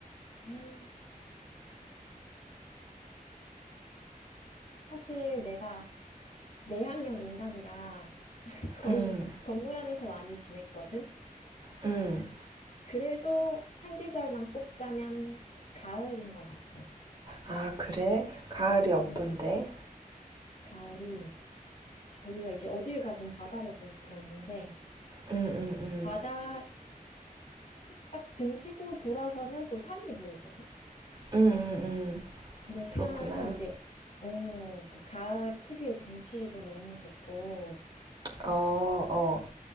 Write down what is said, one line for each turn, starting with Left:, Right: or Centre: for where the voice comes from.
Left: 계절. 사실 내가 내향형 인간이라 <laughs> 거의
Right: 음,
Left: 건물 안에서 많이 지냈거든.
Right: 음.
Left: 그래도 한 계절만 꼽자면 가을인 것 같아.
Right: 아, 그래? 가을이 어떤데?
Left: 음. 가을이 거기가 이제 어딜 가든 바다를 볼 수가 있는데,
Right: 음, 음, 음.
Left: 바다를 딱 등치고 돌아서면 또 산이 보이거든?
Right: 음, 음, 음.
Left: 근데 산이
Right: 그렇구나.
Left: 이제, 어, 그 가을 특유의 정취도 너무 좋고,
Right: 어, 어.